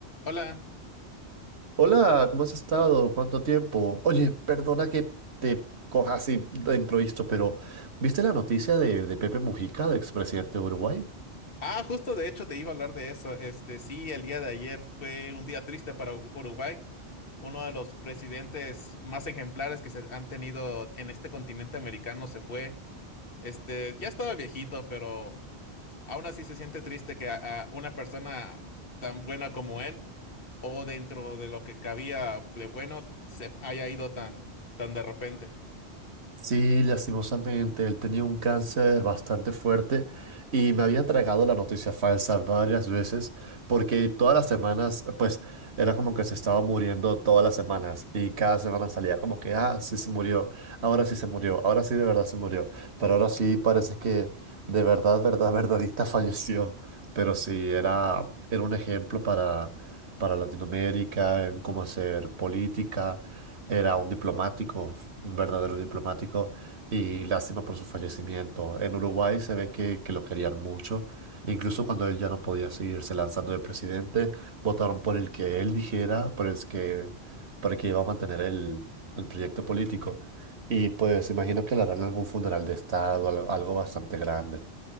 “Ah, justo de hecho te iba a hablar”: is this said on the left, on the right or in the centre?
Left